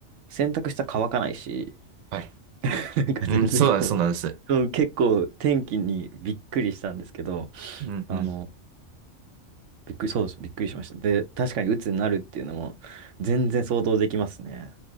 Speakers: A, on the right; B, on the right.
A: 洗濯したら乾かないし、
B: はい。
A: <laughs> なんか全然こう、
B: うん、そうなんです、そうなんです。
A: そう、結構天気にびっくりしたんですけど、
B: うん、
A: あの、
B: うん、
A: びっくり、そうです、びっくりしました。で、確かに鬱になるっていうのも全然想像できますね。